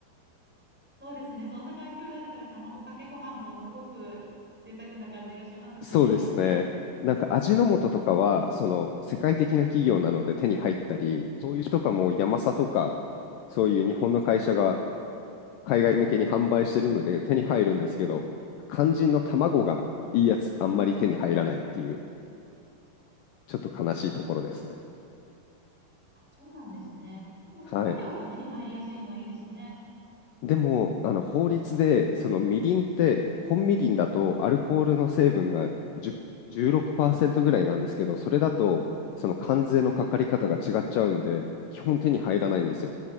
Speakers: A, in the centre; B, on the left (about 85°).
A: そうですね。そんな環境だったら、卵かけご飯もすごく贅沢な感じがしますね。
B: そうですね。なんか味の素とかは、その世界的な企業なので手に入ったり、そういうとかもヤマサとか、そういう日本の会社が海外向けに販売してるので手に入るんですけど、肝心の卵がいいやつあんまり手に入らないっていう、ちょっと悲しいところですね。
A: あ、そうなんですね。でも調味料が手に入りやすいのはいいですね。
B: はい。でも、あの法律で、そのみりんって、本みりんだとアルコールの成分がじゅうじゅうろくパーセ16%ぐらいなんですけど、それだと、その関税のかかり方が違っちゃうんで、基本手に入らないんですよ。